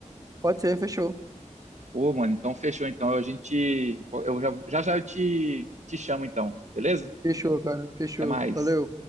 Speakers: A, on the right; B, on the right.
A: Pode ser, fechou.
B: Pô, mano, então fechou, então, a gente, eu já já, já eu te, te chamo, então, beleza?
A: Fechou, cara. Fechou.
B: Até mais.
A: Valeu.